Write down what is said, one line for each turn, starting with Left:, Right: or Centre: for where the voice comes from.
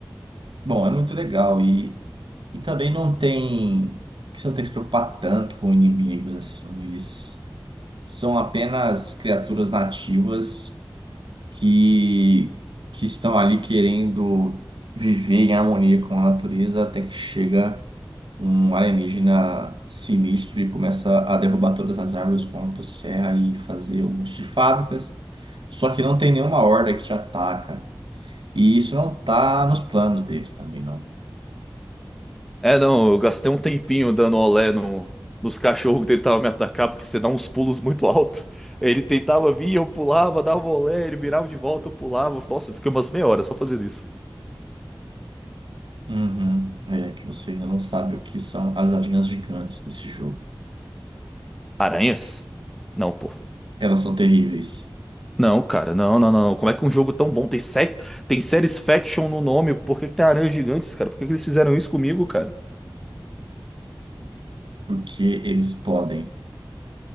Right: Bom, é muito legal E também não tem. que Você não tem que se preocupar tanto com inimigos, assim. Eles são apenas criaturas nativas que, que estão ali querendo viver em harmonia com a natureza até que chega um alienígena sinistro e começa a derrubar todas as árvores com a motosserra e fazer um monte de fábricas. Só que não tem nenhuma horda que te ataca. E isso não tá nos planos deles também, não.
Centre: É, não, eu gastei um tempinho dando olé no- nos cachorros que tentavam me atacar, porque você dá uns pulos muito alto. Ele tentava vir, eu pulava, dava olé, ele virava de volta, eu pulava. Nossa, eu fiquei umas meia hora só fazendo isso.
Right: Uhum. É que você ainda não sabe o que são as aranhas gigantes desse jogo.
Centre: Aranhas? Não, pô.
Right: Elas são terríveis,
Centre: Não, cara, não, não, não. Como é que um jogo tão bom tem sec... tem séries faction no nome? Por que que tem aranhas gigantes, cara? Por que que eles fizeram isso comigo, cara?
Right: porque eles podem.